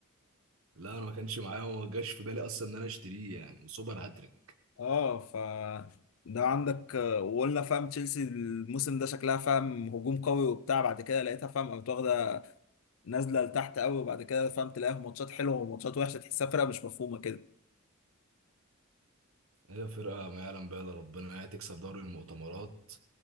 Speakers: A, on the right (about 70°); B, on the left (about 65°).
A: لا انا ما كانش معايا وما جاش في بالي اصلا ان انا اشتريه يعني سوبر هاتريك
B: اه ف ده عندك آه، وقلنا فاهم تشيلسي الموسم ده شكلها فاهم هجوم قوي وبتاع بعد كده لقيتها فاهم قامت واخده نازله لتحت قوي وبعد كده فهمت تلاقيها في ماتشات حلوه وماتشات وحشه تحسها فرقه مش مفهومه كده
A: هي فرقه ما يعلم بها الا ربنا هي تكسب دوري المؤتمرات